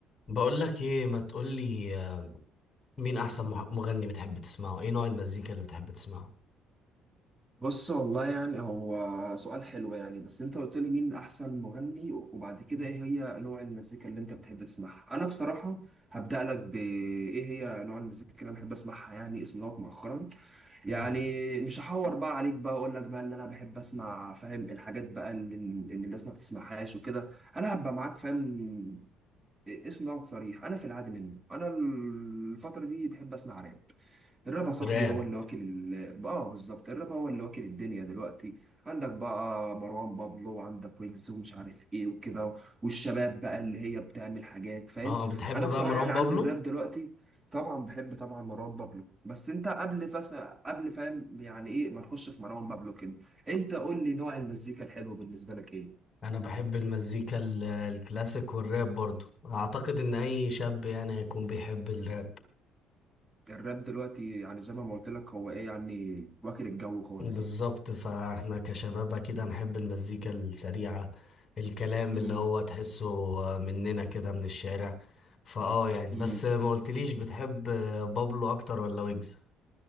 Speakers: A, on the left (about 35°); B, on the right (about 20°).
A: بقول لك ايه ما تقول لي مين احسن مح- مغني بتحب تسمعه ايه نوع المزيكا اللي بتحب تسمعه
B: بص والله يعني هو سؤال حلو يعني بس انت قلت لي مين احسن مغني وبعد كده ايه هي نوع المزيكا اللي انت بتحب تسمعها انا بصراحة هبدأ لك بايه هي نوع المزيكا اللي انا بحب اسمعها يعني اسم دوت مؤخرا يعني
A: مم.
B: مش هحور بقى عليك بقى اقول لك بقى اللي انا بحب اسمع فاهم الحاجات بقى اللي, اللي الناس ما بتسمعهاش وكده انا هبقى معاك فاهم اسم دوت صريح انا في العادي منه انا الفتره دي بحب اسمع راب الراب يا صاحبي
A: راب
B: هو اللي واكل ال... اه بالظبط الراب هو اللي واكل الدنيا دلوقتي عندك بقى مروان بابلو وعندك ويجز ومش عارف ايه وكده والشباب بقى اللي هي بتعمل حاجات فاهم
A: اه بتحب
B: انا
A: بقى
B: بصراحه
A: مروان
B: يعني
A: بابلو
B: عندي الراب دلوقتي طبعا بحب طبعا مروان بابلو بس انت قبل فس... قبل فاهم يعني ايه ما نخش في مروان بابلو كده انت قول لي نوع المزيكا الحلو بالنسبه لك ايه
A: انا بحب المزيكا ال- الكلاسيك والراب برضو اعتقد ان اي شاب يعني هيكون بيحب الراب
B: الراب دلوقتي يعني زي ما قلت لك هو ايه يعني واكل الجو خالص
A: بالظبط
B: يعني
A: فاحنا كشباب اكيد هنحب المزيكا السريعة الكلام
B: امم
A: اللي هو تحسه مننا كده من الشارع فاه يعني
B: امم
A: بس ما قلتليش بتحب بابلو اكتر ولا ويجز